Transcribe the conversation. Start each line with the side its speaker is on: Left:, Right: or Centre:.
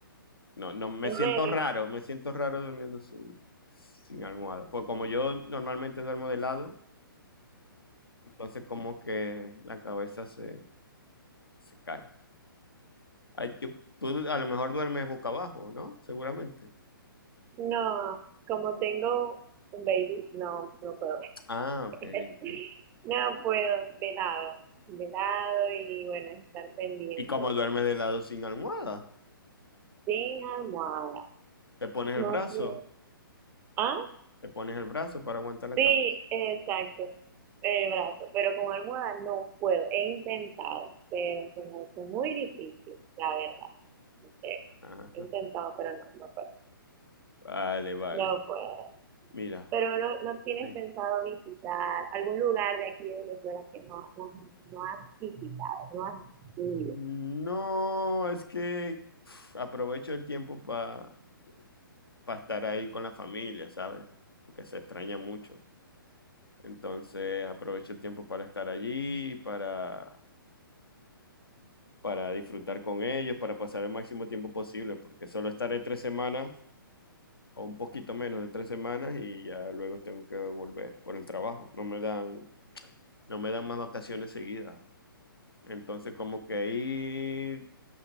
Left: No, no, me
Right: en
Left: siento
Right: serio.
Left: raro, me siento raro durmiendo sin, sin almohada. Pues como yo normalmente duermo de lado, entonces como que la cabeza se, se cae. Ay, yo- tú a lo mejor duermes boca abajo, ¿no? Seguramente.
Right: No, como tengo un baby, no, no puedo.
Left: Ah, ok,
Right: <laughs>
Left: ok.
Right: No puedo, de lado, de lado y bueno, estar pendiente.
Left: ¿Y como duermes de lado sin almohada?
Right: Sin almohada.
Left: Te pones
Right: No
Left: el brazo.
Right: sé. Ah,
Left: Le pones el brazo para aguantar la
Right: sí,
Left: cabeza.
Right: exacto. El brazo, pero con almohada no puedo. He intentado, pero se me hace muy difícil, la verdad. en serio.
Left: Ajá.
Right: He intentado, pero no, no puedo.
Left: Vale, vale.
Right: No puedo.
Left: Mira.
Right: Pero no, no tienes
Left: Sí.
Right: pensado visitar algún lugar de aquí de Venezuela que no, no, no has visitado, no has ido.
Left: No, es que uf, aprovecho el tiempo para estar ahí con la familia, ¿sabes? Porque se extraña mucho. Entonces aprovecho el tiempo para estar allí, para, para disfrutar con ellos, para pasar el máximo tiempo posible, porque solo estaré tres semanas o un poquito menos de tres semanas y ya luego tengo que volver por el trabajo. No me dan, no me dan más vacaciones seguidas. Entonces, como que ir,